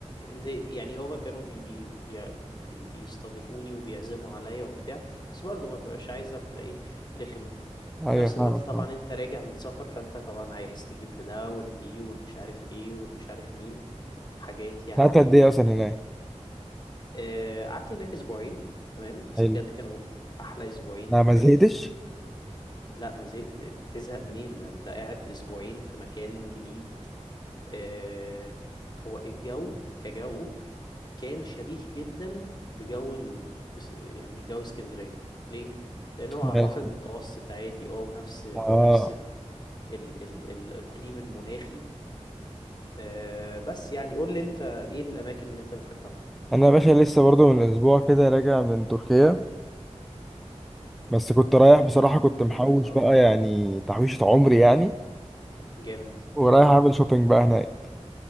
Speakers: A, on the left (about 35°); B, in the centre.
A: زي يعني هو كانوا بي بي بي بي بيستضيفوني وبيعزموا عليا وبتاع بس برضو ما ببقاش عايز ابقى ايه رخم
B: ايوه
A: في نفس
B: فاهمك
A: الوقت طبعا
B: فاهمك
A: انت راجع من سفر فانت طبعا عايز تجيب لده ولدي والمش عارف ايه والمش عارف مين حاجات يعني
B: قعدت قد ايه اصلا هناك
A: آه، قعدت هناك اسبوعين تمام بس
B: حلو
A: بجد كانوا احلى اسبوعين
B: انا
A: في
B: ما
A: حياتي
B: زهقتش
A: لا ما زهقت تزهق منين ده انت قاعد اسبوعين في مكان جديد آه، هو الجو كجو كان شبيه جدا بجو ال... يعني جو اسكندرية ليه لأنه هو على
B: ماشي.
A: البحر المتوسط عادي اه ونفس
B: اه
A: نفس ال... ال... ال... الإقليم المناخي آه، بس يعني قول لي انت ايه الأماكن اللي انت بتحبها
B: انا يا باشا لسه برضو من اسبوع كده راجع من تركيا بس كنت رايح بصراحه كنت محوش
A: قول الله
B: بقى يعني تحويشه عمري يعني
A: جامد
B: ورايح
A: اه
B: اعمل شوبينج بقى هناك